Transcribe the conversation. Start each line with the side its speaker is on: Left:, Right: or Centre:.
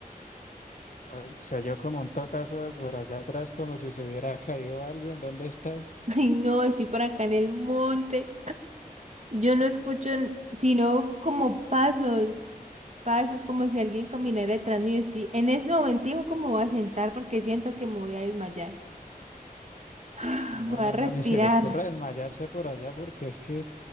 Left: Oye, Se oyó como un totazo por allá atrás, como si se hubiera caído algo. ¿En dónde estás?
Right: <laughs> Ay, no, estoy por acá en el monte. Yo no escucho n- sino como pasos. Pa, eso es como si alguien caminara detrás mío. Estoy- en este momentico como voy a sentar porque siento que me voy a desmayar. <sighs>
Left: No,
Right: Voy
Left: no,
Right: a respirar.
Left: no, ni se le ocurra desmayarse por allá, porque es que